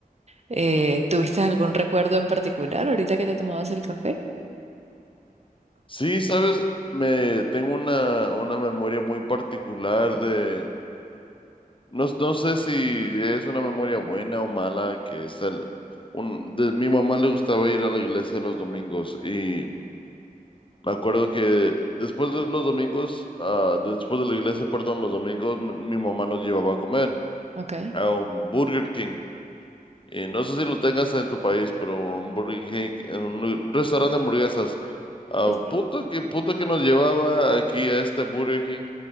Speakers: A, on the right; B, on the left.
A: Eh, ¿tuviste algún recuerdo en particular ahorita que te tomabas el café?
B: Sí, ¿sabes? Me tengo una, una memoria muy particular de, no, no sé si es una memoria buena o mala, que es el, un, de, mi mamá le gustaba ir a la iglesia los domingos y... Me acuerdo que después de los domingos, ah, después de la iglesia, perdón, los domingos, mi, mi mamá nos llevaba a comer
A: Ok,
B: a un Burger King. Y no sé si lo tengas en tu país, pero un Burger King, en un, lu- un restaurante de hamburguesas. A
A: Sí.
B: punto que, punto que nos llevaba aquí a este Burger King.